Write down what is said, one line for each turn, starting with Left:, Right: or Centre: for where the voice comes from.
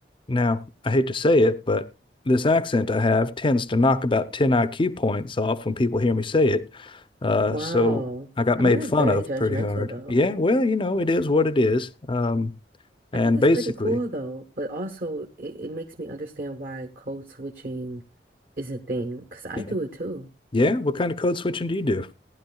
Left: now I hate to say it, but this accent I have tends to knock about 10 IQ points off when people hear me say it. Uh,
Right: Wow.
Left: so I got
Right: I
Left: made
Right: mean, that's
Left: fun
Right: very
Left: of
Right: judgmental
Left: pretty hard.
Right: though.
Left: Yeah, well, you know, it is what it is. Um, and
Right: I think it's
Left: basically,
Right: pretty cool though, but also it, it makes me understand why code switching is a thing, because I
Left: yeah,
Right: do it too.
Left: yeah. What kind of code switching do you do?